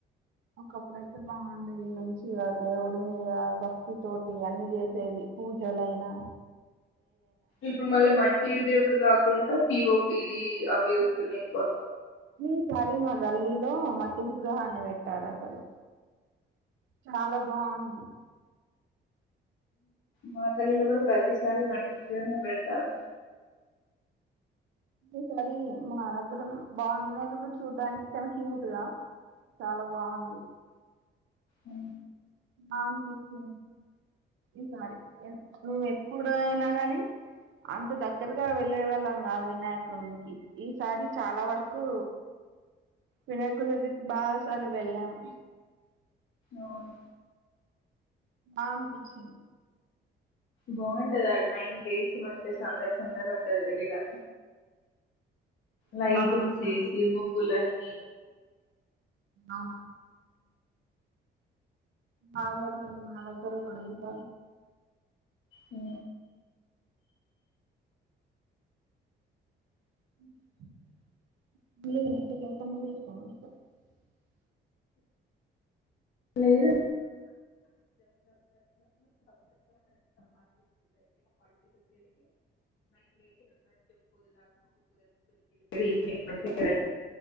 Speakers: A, on the right; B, on the left.
A: ఒకప్పుడు అయితే బాగుండేది మంచి దేవుడి మీద భక్తితోోటి అన్ని చేసేది పూజలయినా
B: ఇప్పుడు మళ్ళీ మట్టి దేవుడు కాకుండా పి ఓపిది అవి వస్తున్నాయి ఎక్కువ
A: ఈసారి మా గల్లీలో మట్టి విగ్రహాన్ని వెట్టారాసలు చాలా బాగుంది
B: మా గలీలో కూడా ప్రతిసారి మట్టి విగ్రహం పెడతారు
A: ఈసారి మా దగ్గర బాగుంది నాకు కూడా చూడ్డానికి చాలా క్యూట్గా చాలా బాగుంది
B: అ
A: అే ఈసారి నువ్వ ఎప్పుడ అయినా కాని అంత దగ్గరగా వెళ్ళే వాళ్ళం కాదు వినాయకుకి ఈసారి చాలా వరకు వినాయకుడి దగ్గరికి బాగా సార్లు వెళ్ళాము
B: అవును
A: ఆమ్ పిచ్చి
B: బాగుంటది అ నైన్ డేస్ మంచి సందడి సందడి ఉంటది గల్లీలా వైద్యం
A: చాలా
B: చేే సి మపుూలన్
A: అవు మాద మాలద్దర గుడుగిత
B: అ
A: <inaudible>
B: లేదడ ఈనింగ్ మంచిగా